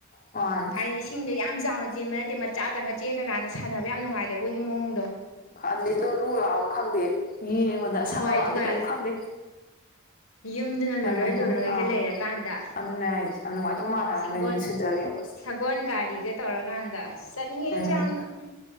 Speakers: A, on the left (about 40°); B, on the left (about 75°).
A: ꯃꯥꯅꯦ
B: ꯍꯥꯏꯗꯤ ꯏꯁꯤꯡꯗꯣ ꯌꯥꯝ ꯆꯥꯎꯅ ꯆꯦꯟꯕ ꯅꯠꯇꯦ ꯃꯆꯥꯇꯪꯒ ꯆꯦꯜꯂꯀꯥꯟꯗ ꯁꯥꯟꯅꯕ ꯌꯥꯝ ꯅꯨꯡꯉꯥꯏꯗꯕꯧꯕꯒꯤ ꯃꯑꯣꯡꯗꯣ
A: ꯑꯗꯨꯗꯤ ꯂꯨ ꯂꯨ ꯂꯥꯎꯔꯒ ꯈꯪꯗꯦ ꯌꯦꯡꯕꯗ ꯑꯁꯪ
B: ꯍꯣꯏ
A: ꯑꯃꯥꯟꯗꯤ
B: ꯑꯗꯨꯒ
A: ꯀꯩꯗꯤ ꯈꯪꯗꯦ
B: ꯌꯨꯝꯗꯨꯅ ꯂꯣꯏꯔꯣꯏ
A: ꯌꯥꯝ ꯅꯨꯡ
B: ꯂꯣꯏꯔꯣꯏꯒ
A: ꯑꯥ
B: ꯂꯩꯔꯀꯥꯟꯗ
A: ꯑꯗꯨꯅꯦ ꯍꯥꯏꯁꯦ ꯌꯥꯝ ꯅꯨꯡꯉꯥꯏꯗꯧ ꯃꯥꯜꯂꯦ ꯍꯥꯏꯕ
B: ꯁꯒꯣꯜ
A: ꯃꯣꯏ ꯁ꯭ꯋꯤꯖꯔꯂꯦꯟꯒꯁꯦ
B: ꯁꯒꯣꯜ ꯒꯥꯔꯤꯒ ꯇꯧꯔꯀꯥꯟꯗ ꯆꯠꯅꯤꯡꯉꯦ
A: ꯎꯝ
B: ꯑꯩꯁꯨ ꯌꯥꯝꯅ